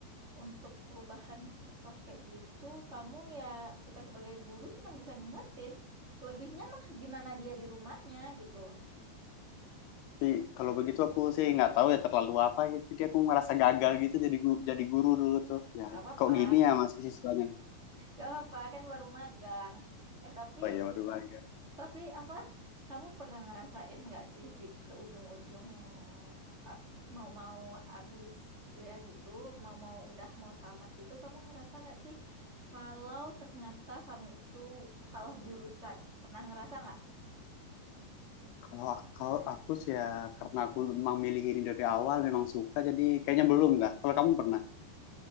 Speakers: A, on the right; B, on the left.
A: untuk perubahan sikap kayak gitu, kamu ya kita sebagai guru cuman bisa ngingetin, selebihnya mah gimana dia di rumahnya gitu.
B: Tapi kalau begitu aku sih nggak tahu ya terlalu apa gitu. Jadi aku merasa gagal gitu jadi guru, jadi guru dulu tuh. Ya
A: Gak apa-apa,
B: kok gini ya masih siswanya?
A: gak apa-apa kan baru magang. Eh tapi
B: Oh ya baru bangga.
A: tapi apa? Kamu pernah ngerasain nggak sih di ke ujung-ujung ap- mau-mau abis kuliah gitu, mau-mau udah mau tamat gitu, kamu ngerasa nggak sih kalau ternyata kamu itu salah jurusan? Pernah ngerasa nggak?
B: Kalau kalau aku sih ya karena aku memang milih ini dari awal memang suka jadi kayaknya belum dah. Kalau kamu pernah?